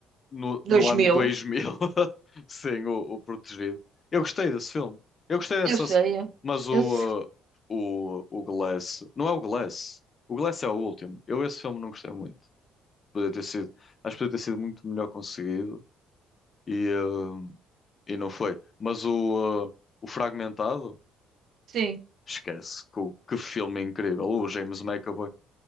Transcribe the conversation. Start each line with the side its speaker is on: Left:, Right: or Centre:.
Left: no,
Right: 2000.
Left: no ano 2000. <laughs> Sim, o, o Protegido. Eu gostei desse filme. Eu gostei dessa.
Right: Eu sei. é.
Left: Mas o,
Right: Eu sei.
Left: uh, o, o Glass. Não é o Glass. O Glass é o último. Eu esse filme não gostei muito. Podia ter sido. Acho que podia ter sido muito melhor conseguido. e, eh, e não foi. Mas o, eh, o Fragmentado,
Right: Sim.
Left: esquece, que, que filme incrível. O James McAvoy,